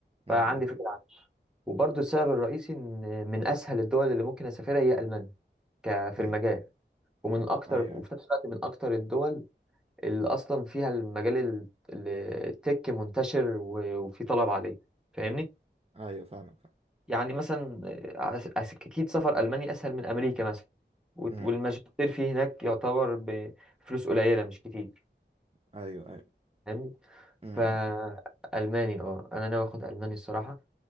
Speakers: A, on the right; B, in the centre.
A: م-
B: فعندي فكره عنه وبرضو السبب الرئيسي ان من اسهل الدول اللي ممكن اسافرها هي المانيا ك- في
A: م.
B: المجال ومن اكتر
A: ايوه
B: وفي نفس الوقت من اكتر الدول اللي اصلا فيها المجال ال- ال- التك منتشر و- وفي طلب عليه فاهمني
A: ايوه فاهمك فاهم
B: يعني مثلا أس- أس- اكيد سفر المانيا اسهل من امريكا مثلا وت-
A: م-
B: والماجستير فيه هناك يعتبر بفلوس قليله مش كتير
A: ايوه ايوه
B: فاهمني
A: م-
B: فالماني
A: م.
B: اه انا ناوي اخد الماني الصراحه